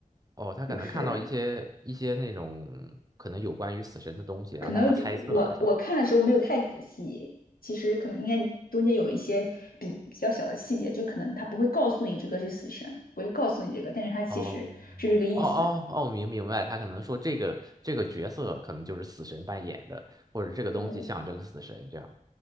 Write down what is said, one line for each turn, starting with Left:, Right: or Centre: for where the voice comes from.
Right: 哦，他可能看到一些一些那种
Left: 就是
Right: 可能有关于死神的东西，然后大家猜测的是吗？
Left: 可能我我看的时候没有太仔细，其实可能应该中间有一些比比较小的细节，就可能他不会告诉你这个是死神，不会告诉你这个，但是他其实是这个意思。
Right: 哦哦哦哦，明明白，他可能说这个这个角色可能就是死神扮演的，或者这个东西象征死神这样。
Left: 对，